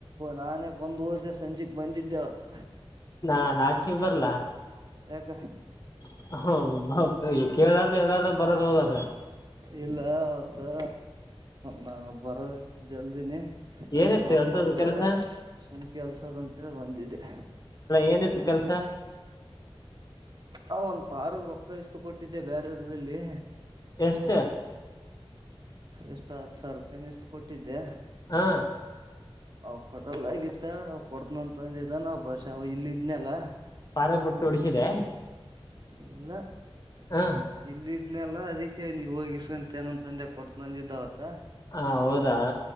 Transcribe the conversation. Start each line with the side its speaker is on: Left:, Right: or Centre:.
Right: ನಾನೇ ಬಂದು ಊದ ಸಂಜೆಕ್ ಬಂದಿದ್ದೆವತ್.
Left: ನಾನ್ ನಚಿಗ್ ಬರಲ್ಲಾ
Right: ಯಾಕ
Left: <unintelligible> ಕೇಳಾರ್ದ ಎಲ್ಲಾರ್ದ ಬರದು ಹೋಗದು
Right: ಇಲ್ಲ ಅವತ್ತು ನಾ ಬರೋದಿತ್ತು ಜಲ್ದಿನೇ
Left: ಏನಿತ್ತು
Right: ನಾ ಅಪ್ಪಾಗ
Left: ಅಂತದ್ದು ಕೆಲ್ಸ
Right: ಸುಂಮ್ ಕೆಲ್ಸದ ಅಂತೇಳ ಬಂದಿದ್ದೆ
Left: ಏನಾಯತ್ತು ಕೆಲ್ಸ
Right: ಆ ಒಂದು ಪಾರ್ ರೊಕ್ಕ ಇಷ್ಟು ಕೊಟ್ಟಿದ್ದೆ ಬೇರೆರ್ಲ್ಲಿ
Left: ಎಷ್ಟ
Right: ಎಷ್ಟು ಹತ್ತು ಸಾವಿರ ರೂಪಾಯ ಇಷ್ಟು ಕೊಟ್ಟಿದ್ದೆ
Left: ಹಾ
Right: ಅವ ಕೊಡಲ್ಲ ಆಗತ್ತ ಕೊಡ್ತನಂತಂದಿದ ಬಾಷೆ ಅವ ಇಲ್ಲ ಇದ್ನಲ್ಲ
Left: ಪಾರ ಬಿುಟ್ಟು ಉಡಿಸಿದೆ
Right: ಇಲ್ಲ
Left: ಹಾ
Right: ಇಲ್ಲ ಇದ್ನಲ್ಲ ಅದಕ್ಕೆ ನೀವು ಹೋಗಿಸಸ್ಕಂತ ಏನಂತ ತಂದೆ ಕೊತನಂದಿದ್ದಾವತ್ತ
Left: ಹ ಹೌದಾ